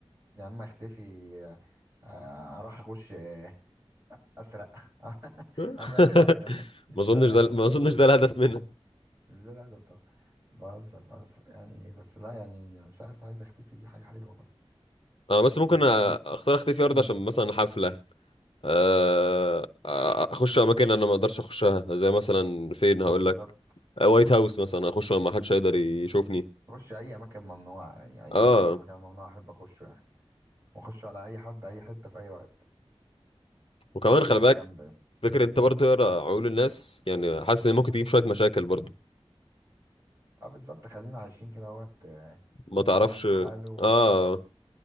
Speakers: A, on the right; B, on the left.
A: يا عم اختفي آه، اروح اخش آه، اسرق <laughs>
B: <laughs>
A: اعمل اي حاجه مش
B: ما اظنش
A: فارقه
B: ده
A: يعني.
B: ما اظنش ده الهدف منها
A: مش ده الهدف طبعا بهزر بهزر يعني إيه بس لا يعني مش عارف عايز اختفي دي حاجه حلوه برضه
B: انا بس ممكن
A: بس
B: أ-
A: يعني
B: اختار
A: <clears throat>
B: اختفي ارض
A: مم.
B: عشان مثلا حفلة آه، اخش اماكن انا ما اقدرش اخشها زي مثلا فين هقول
A: بالظبط
B: لك وايت هاوس مثلا اخش وما حدش هيقدر يشوفني
A: اخش اي مكان ممنوع يعني اي
B: اه
A: اي مكان ممنوع احب اخشه يعني واخش على اي حد اي حته في اي وقت
B: وكمان
A: يعني
B: خلي
A: تبقى
B: بالك
A: جامده دي
B: فكرة انت برضه تقرا عقول الناس يعني حاسس ان ممكن تجيب شوية مشاكل برضه
A: اه بالظبط خلينا عايشين كده وقت
B: ما تعرفش
A: كل واحد في حاله
B: اه